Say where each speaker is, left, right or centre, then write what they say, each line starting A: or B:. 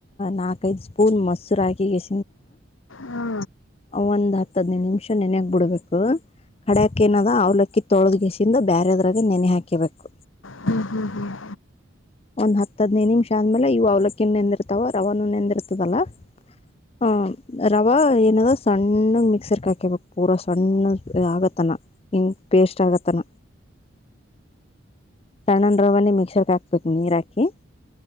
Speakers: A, on the left; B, on the left.
A: ನಾಲ್ಕೈದು ಸ್ಪೂನ್ ಮೊಸರು ಹಾಕಬೇಕು
B: ಹೂ
A: ಒಂದ್ ಹತ್ ಹದಿನೈದು ನಿಮಿಷ ನೆನಾಕಿ ಬಿಡಬೇಕು ಕಡೆಯಕ್ಕೇನದ ಅವ್ಲಕ್ಕಿ ತೊಳದ್ಗೆಸಿಂದ ಬೇರೆದ್ರಾಗೆ ನೆನೆ ಹಾಕೆಬೇಕು
B: ಹ್ಮ್ ಹ್ಮ್ ಹ್ಮ್
A: ಒಂದ್ ಹತ್ ಹದನೈ ನಿಮಿಷ ಅಂದ್ಮೇಲೆ ಇವು ಅವ್ಲಕ್ಕಿ ನೆಂದಿರ್ತಾವ ರವಾನು ನೆಂದಿರ್ತದಲ್ಲಾ ಹಾಂ ರವ ಏನದ ಸಣ್ಣಗ್ ಮಿಕ್ಸರ್ಕ್ ಹಾಕಬೇಕ್ ಪೂರ ಸಣ್ಣ ಆಗತ್ತನ ಹ್ಮ ಪೇಸ್ಟ್ ಆಗತ್ತನ ಸಣ್ಣನ್ ರವನೆ ಮಿಕ್ಸರ್ಗೆ ಹಾ ಪತ್ನೀರಾಕಿ